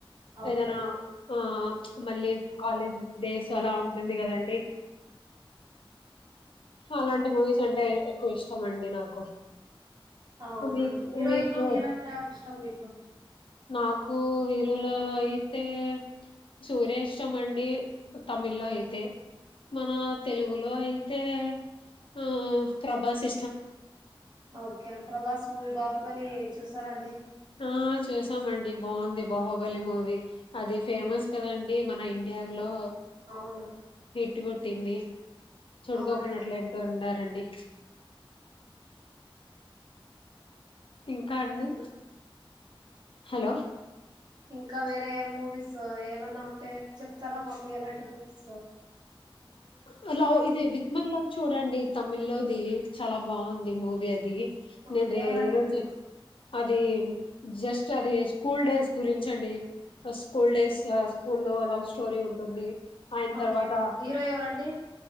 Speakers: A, on the right; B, on the left.
A: okay
B: ఏదైనా ఆ మళ్ళీ కాలేజ్ డేస్ అలా ఉంటుంది కదండి అలాంటి మూవీస్ అంటే ఎక్కువ ఇష్టం అండి నాకు
A: అవునుండి
B: మీకు
A: హీరోయిన్
B: మీకు
A: హీరోయిన్ల ఎవరు ఇష్టం మీకు
B: నాకు హీరోల అయితే సూర్యష్టం వండి తమిళ లో అతే మన తెలుగులో అయితే ఆ ప్రభాసి
A: ఓకే ప్రభాస్ మూవీ బాహుబలి చూసారాండి
B: ఆ చూసామండి బాగుంది బాహుబలి మూవీ అది ఫేమస్ కదండి మన ఇండియా లో
A: అవును
B: ఇట్టు కొట్టింది చూడుకోకున్నట్లు
A: అవునండి
B: ఎంటో ఉండారండి ఇంకాడి హలో
A: ఇంకా వేరే మూవీస్ ఏమన్నా ఉంటే చెప్తారా మాకు ఎలాంటి మూవీస్
B: హ లవ్ ఇదే విత్ మై లవ్ చూడండి తమిళ లోది చాలా బాగుంది మూవీ అది
A: అవును
B: నేను
A: ఎవరండి
B: ఈరోజు అది జస్ట్ అది స్కూల్ డేస్ గురించ అండి స్కూల్ డేస్ స్కూల్లో లో లవ్ స్టోరీ ఉంటుంది ఆయన
A: ఓకే
B: తర్వాత
A: హీరో ఎవరండి